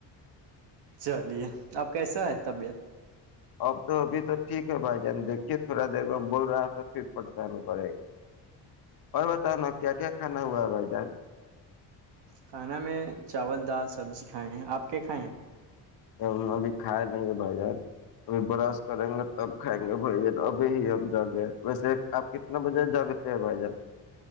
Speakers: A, on the right; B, on the left.
A: چلیے اب کیسا ہے طبیعت
B: اب تو ابھی تو ٹھیک ہے بھائی جان دیکھیے تھوڑا دیر میں بول رہا تھا پھر پریشانی کرے گا اور بتانا کیا کیا کھانا ہوا ہے بھائی جان
A: کھانا میں چاول دال سبزی کھائے ہیں آپ کیا کھائے ہیں
B: ہم ابھی کھائے نہیں گے بھائی جان اب برش کریں گے تب کھائیں گے بھائی جان ابھی ہی ہم جگ گئے ویسے آپ کتنے بجے جگتے ہیں بھائی جان